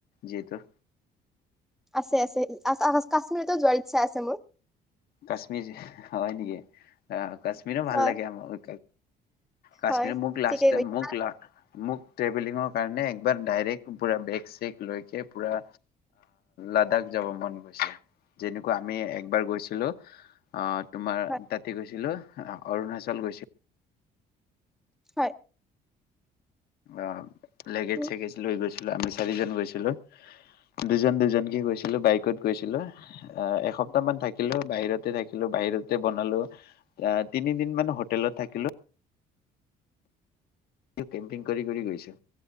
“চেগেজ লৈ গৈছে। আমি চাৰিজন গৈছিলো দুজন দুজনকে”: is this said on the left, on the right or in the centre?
Left